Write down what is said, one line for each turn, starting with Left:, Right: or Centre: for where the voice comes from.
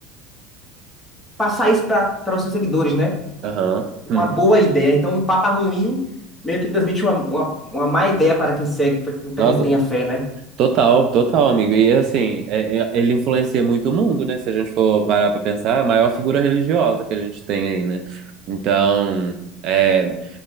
Centre: passar isso para os seus seguidores, né?
Right: Aham.
Centre: Uma
Right: Hum.
Centre: boa ideia. Então, um papa ruim meio que transmite uma, uma, uma má ideia para quem segue, para
Right: Nossa,
Centre: quem tem a fé, né?
Right: total, total, amigo. E assim, é- é- ele influencia muito o mundo, né? Se a gente for parar pra pensar, é a maior figura religiosa que a gente tem aí, né? Então, é,